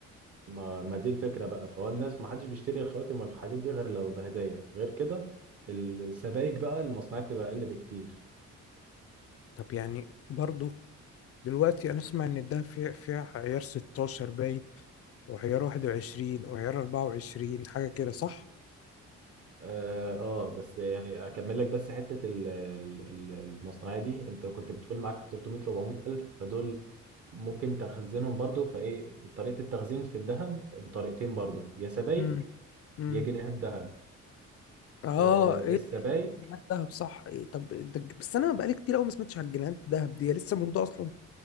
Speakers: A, on the right; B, on the left.
A: ما, ما دي الفكرة بقى فهو الناس ما حدش بيشتري الخواتم والحاجات دي غير لو بهدايا غير كده السبائك بقى المصنعية بتبقى أقل بكتير
B: طب يعني برضو دلوقتي انا اسمع ان الدهب فيه فيه عيار 16 باين وعيار 21 وعيار 24 حاجة كده صح؟
A: آه, آه بس يعني أكمل لك بس حتة ال- ال- ال- المصنعية دي أنت كنت بتقول معاك 300 400 ألف فدول ممكن تخزنهم برضو فإيه طريقة التخزين في الذهب بطريقتين برضو يا سبائك
B: امم امم
A: يا جنيهات ذهب
B: اه
A: آه
B: ايه
A: السبائك
B: جنيهات دهب صح إيه طب ده الج- بس انا بقالي كتير قوي ما سمعتش على الجنيهات دهب دي هي لسه موجودة اصلا